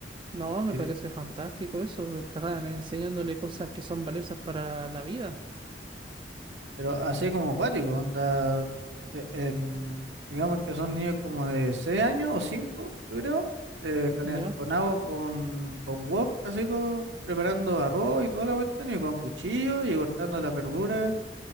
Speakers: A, on the right (about 30°); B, on the right (about 85°).
A: No, me
B: Y
A: parece
B: de-
A: fantástico eso, porque están enseñándole cosas que son valiosas para la vida,
B: Pero así como acuático, onda, e- en, digamos que son niños como de seis años o cinco yo creo, eh, calen-
A: ¿ya?
B: con agua, con, con wok, así como preparando arroz y toda la cuestión, y con cuchillo y cortando las verduras.